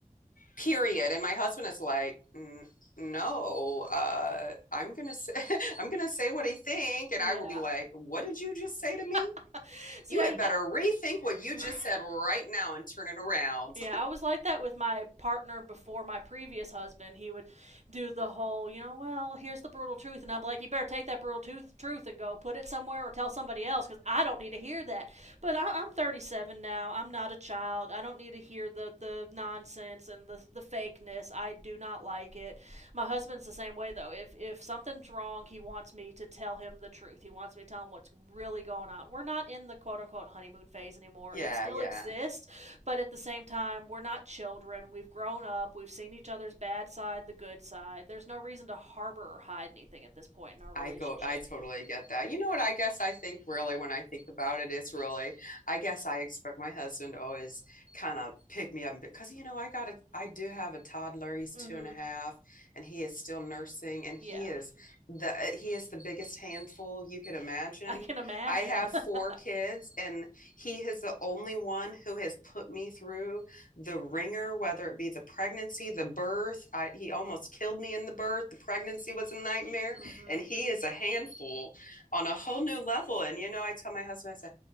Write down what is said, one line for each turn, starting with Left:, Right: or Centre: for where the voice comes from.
Left: period. And my husband is like, "N- no, uh, I'm gonna say <laughs> I'm gonna say what I think, and
Right: Yeah.
Left: I will be like, what did you just say to me?
Right: <laughs> See,
Left: You
Right: I,
Left: had better
Right: I
Left: rethink what you
Right: <laughs> right.
Left: just said right now and turn it around.
Right: Yeah, I was like that with my partner before my previous husband. He would do the whole, you know, well, here's the brutal truth, and I'm like, you better take that brutal tooth, truth and go put it somewhere or tell somebody else because I don't need to hear that. But I, I'm 37 now. I'm not a child. I don't need to hear the the nonsense and the the fakeness. I do not like it. My husband's the same way though. If if something's wrong, he wants me to tell him the truth. He wants me to tell him what's really going on. We're not in the quote unquote honeymoon phase anymore.
Left: <laughs> yeah,
Right: It still
Left: yeah.
Right: exists, but at the same time, we're not children. We've grown up. We've seen each other's bad side, the good side. There's no reason to harbor or hide anything at this point in our relationship.
Left: I go, I totally get that. You know what? I guess I think really when I think about it, it's really, I guess I expect my husband to always kind of pick me up because, you know, I got a, I do have a toddler. He's
Right: Mm-hmm.
Left: two and a half and he is still nursing and he
Right: Yeah.
Left: is the, uh, he is the biggest handful you could imagine.
Right: <laughs> I can imagine.
Left: I have
Right: <laughs>
Left: four kids and he is the only one who has put me through the ringer, whether it be the pregnancy, the birth. I, he almost killed me in the birth. The pregnancy was a nightmare
Right: mm-hmm.
Left: and he is a handful on a whole new level. And you know, I tell my husband, I said,